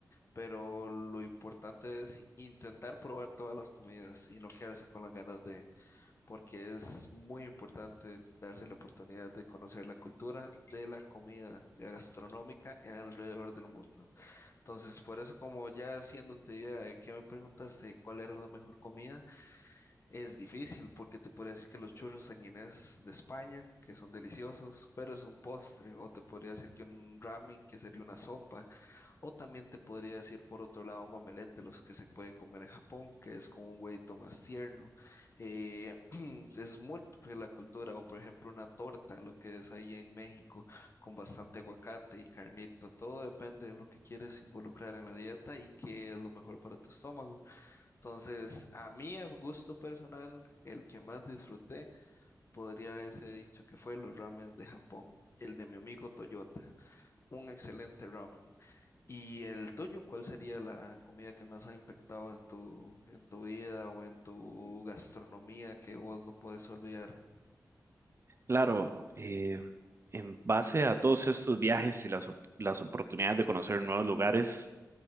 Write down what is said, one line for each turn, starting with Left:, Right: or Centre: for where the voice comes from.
Left: pero lo importante es i- intentar probar todas las comidas y no quedarse con las ganas de, porque es muy importante darse la oportunidad de conocer la cultura de la comida gastronómica alrededor del mundo. Entonces, por eso, como ya haciéndote idea de que me preguntaste cuál era la mejor comida, es difícil porque te podría decir que los churros sanguinés de España, que son deliciosos, pero es un postre, o te podría decir que un ramen, que sería una sopa, o también te podría decir por otro lado un omelette de los que se puede comer en Japón, que es con un huevito más tierno. Eh, <clears throat> es múltiple la cultura, o por ejemplo una torta, lo que es ahí en México, con bastante aguacate y carnita. Todo depende de lo que quieres involucrar en la dieta y qué es lo mejor para tu estómago. Entonces, a mí, a gusto personal, el que más disfruté podría haberse dicho que fue los ramen de Japón, el de mi amigo Toyota un excelente ramen. ¿Y el tuyo, cuál sería la comida que más ha impactado en tu, en tu vida o en tu gastronomía que vos no puedes olvidar?
Right: Claro, eh, en base a todos estos viajes y las, op- las oportunidades de conocer nuevos lugares,